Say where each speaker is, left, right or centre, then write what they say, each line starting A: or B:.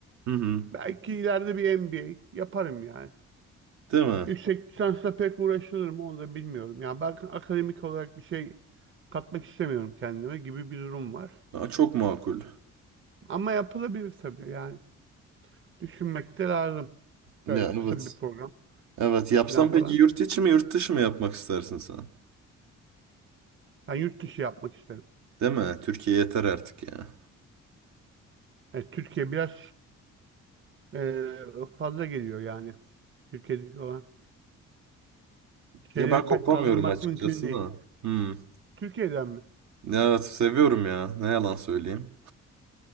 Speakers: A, on the right (about 65°); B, on the right (about 40°).
A: Hı hı.
B: Belki ileride bir MBA yaparım yani.
A: Değil mi?
B: Yüksek lisansla pek uğraşılır mı onu da bilmiyorum. Yani ben akademik olarak bir şey katmak istemiyorum kendime gibi bir durum var.
A: Aa, çok makul.
B: Ama yapılabilir tabii yani. Düşünmek de lazım.
A: Ya
B: Böyle kısa
A: evet.
B: bir program
A: Evet yapsam
B: falan falan.
A: peki yurt içi mi yurt dışı mı yapmak istersin sen?
B: Ben yurt dışı yapmak isterim.
A: Değil mi? Türkiye yeter artık ya.
B: Yani Türkiye biraz eee, fazla geliyor yani. Türkiye'deki olan şeyleri
A: Ya ben kopamıyorum
B: pek kaldırmak
A: açıkçası
B: mümkün değil.
A: da. Hmm.
B: Türkiye'den mi?
A: Ya evet seviyorum ya. Ne yalan söyleyeyim.